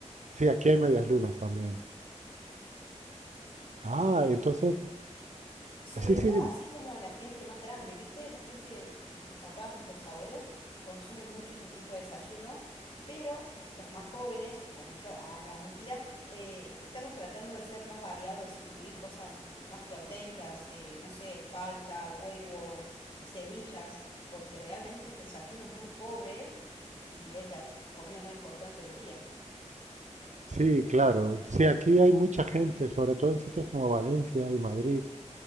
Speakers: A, on the right (about 75°); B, on the left (about 45°).
A: Sí, aquí hay medias lunas también.
B: Sí,
A: Ah,
B: e-
A: entonces,
B: Sobre
A: sí,
B: todo
A: sí, dime.
B: así como la gente más grande, ¿viste? La gente, nuestros papás, nuestros abuelos, consumen mucho ese tipo de desayuno, pero los más jóvenes, como yo, ah, no, mentira, eh, estamos tratando de ser más variados, incluir cosas más proteicas, eh, no sé, palta, huevo, semillas, porque realmente el desayuno es muy pobre y es la comida más importante del día.
A: Sí, claro. Sí, aquí hay mucha gente, sobre todo en sitios como Valencia y Madrid,